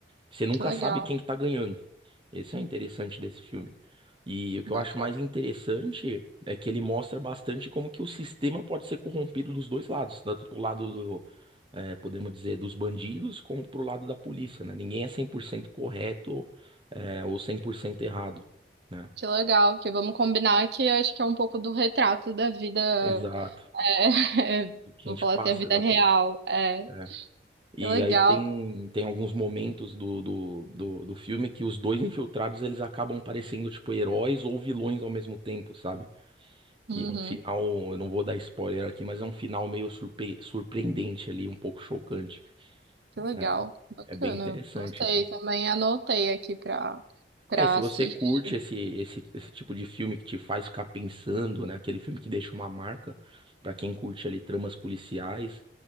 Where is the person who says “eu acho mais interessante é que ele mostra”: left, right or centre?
Right